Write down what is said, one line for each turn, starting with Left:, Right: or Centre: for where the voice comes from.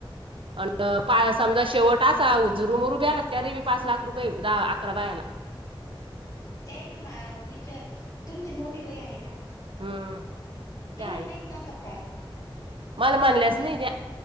Right: अ पा समजा शेवट असा उ जरुमरू ब्याला त्यारी बी पाच लाख रुपये द अकरा बायाला.
Left: ते ना म विच तुमची मोठी भाई आहे ना.
Right: हम्म
Left: तू
Right: ते आहे
Left: म्हण मात नव्हत काय.
Right: मला म्हनल्यास नाही त्या